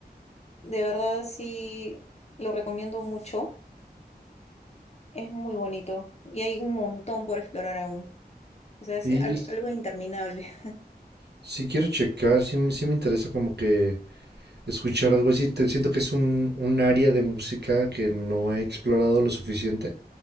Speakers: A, on the left; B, on the right.
A: De verdad, sí, lo recomiendo mucho. Es muy bonito y hay un montón por explorar aún. O sea, es
B: Sí,
A: al- algo interminable.
B: Sí quiero checar, sí, me sí me interesa como que escuchar algo así. Te- siento que es un, un área de música que no he explorado lo suficiente